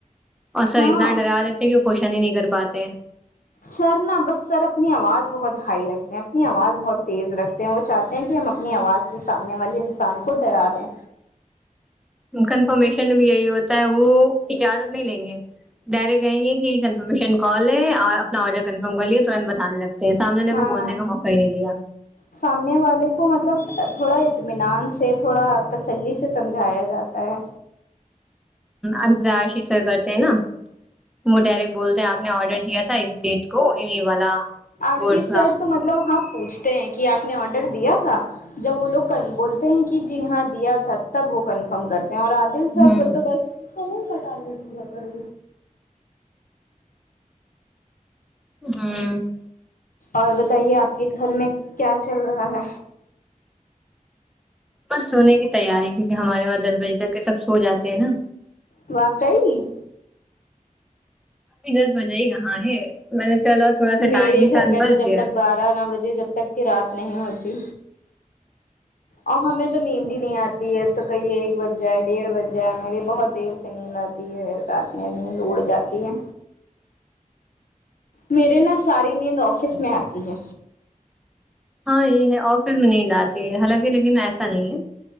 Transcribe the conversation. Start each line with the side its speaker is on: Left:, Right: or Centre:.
Centre: اور سر
Left: ہاں
Centre: اتنا ڈرا دیتے ہیں کہ وہ کوشن ہی نہیں کر پاتے
Left: سر نا بس سر اپنی آواز بہت ہائی رکھتے ہیں اپنی آواز بہت تیز رکھتے وہ چاہتے ہیں کہ ہم اپنی آواز سے سامنے والے انسان کو ڈرا دیں
Centre: کنفرمیشن بھی یہی ہوتا ہے وہ اجازت نہیں لیں گے ڈائریکٹ کہےگے کہ کنفرمیشن کال ہے اور اپنا آرڈر کنفرم کر لیے ترنت بتانے لگے سامنےنے
Left: ہاں
Centre: کو بولنے کا موقع ہی نہیں دیا
Left: سامنے والے کو مطلب تھوڑا اطمینان سے تھوڑا تسلی سے سمجھایا جاتا ہے
Centre: اجزا شی سیر کرتے ہے نا وہ ڈائریکٹ بولتے ہیں آپ نے آرڈر دیا تھا اس ڈیٹ کو یہ والا
Left: آشیش
Centre: بورڈس کا
Left: سر تو مطلب ہاں پوچھتے ہیں کہ اپ نے آڈر دیا تھا جب وہ لوگ کنف بولتے ہیں کہ جی ہاں دیا تھا تب وہ کنفرم کرتے ہیں اور آپ دل سرب
Centre: ہوں
Left: تو بس کون سا ٹارگٹ پورا کر
Centre: امم
Left: اور بتائیے آپ کے گھر میں کیا چل رہا ہے
Centre: بس سونے کی تیاری کیونکہ ہمارے وہاں دس بجے تک کے سب سو جاتے ہیں نا
Left: واقعئی
Centre: ادھر بجائی کہاں ہے میں نے چلا تھوڑا سا
Left: میرے
Centre: ٹائم تھا
Left: گھر میں
Centre: بس
Left: تو جب
Centre: گیا
Left: تک بارہ نا بجے جب تک کے رات نہیں ہوتی اور ہمیں تو نیند ہی نہیں آتی ہے تو کہئی ایک بج جائے ڈیڑھ بج جائے میری بہت دیر سے نیند آتی تی ہے رات میں نیند اڑ جاتی ہے میرے نا ساری نیند آفس میں آتی ہے
Centre: ہاں یہ ہے آفس میں نیند آتی ہے حالانکہ لیکن ایسا نہیں ہے